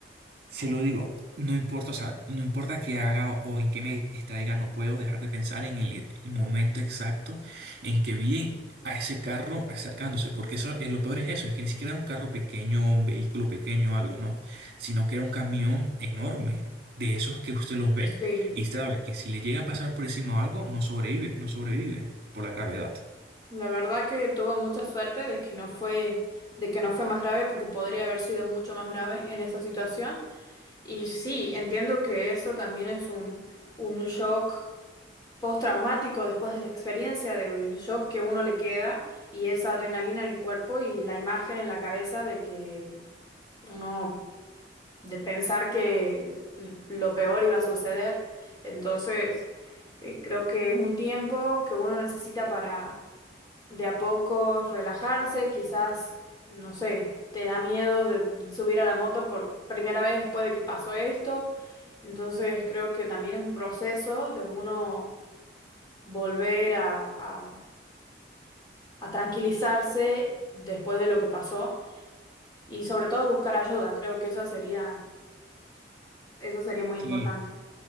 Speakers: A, on the right; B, on the left.
A: se lo digo, no importa, o sea, no importa qué haga o en qué me distraiga, no puedo dejar de pensar en el, el momento exacto en que vi a ese carro acercándose, porque eso, eh, lo peor es eso, es que ni siquiera era un carro pequeño un vehículo pequeño o algo, no, sino que era un camión enorme, de esos que usted los ve
B: Sí.
A: y sabe que si le llega a pasar por encima o algo, no sobrevive, no sobrevive por la gravedad.
B: La verdad que tuvo mucha suerte de que no fue, de que no fue más grave porque podría haber sido mucho más grave en esa situación. Y sí, entiendo que eso también es un, un shock postraumático después de la experiencia, del shock que uno le queda y esa adrenalina en el cuerpo y la imagen en la cabeza de que uno, de pensar que lo peor iba a suceder. Entonces, eh, creo que es un tiempo que uno necesita para de a poco relajarse, quizás, no sé, te da miedo de subir a la moto por primera vez después de que pasó esto. Entonces creo que también es un proceso de uno volver a, a- a tranquilizarse después de lo que pasó y sobre todo buscar ayuda. Creo que eso sería, eso sería muy importante.
A: Y